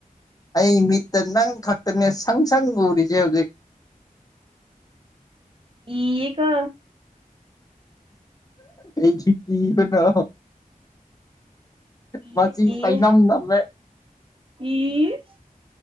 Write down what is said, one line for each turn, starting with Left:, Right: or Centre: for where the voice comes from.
Left: ꯑꯩ ꯃꯤꯠꯇ ꯅꯪ ꯈꯛꯇꯅꯦ ꯁꯪ ꯁꯪ ꯎꯔꯤꯖꯦ ꯍꯧꯖꯤꯛ
Right: ꯀꯤꯌꯦꯀꯣ
Left: ꯑꯩꯖꯦ ꯀꯤꯕꯔꯣ
Right: ꯀꯤꯌꯦ
Left: ꯃꯁꯤ
Right: ꯀꯤꯌꯦ
Left: ꯆꯩꯅꯝ ꯅꯝꯃꯦ
Right: ꯏꯁ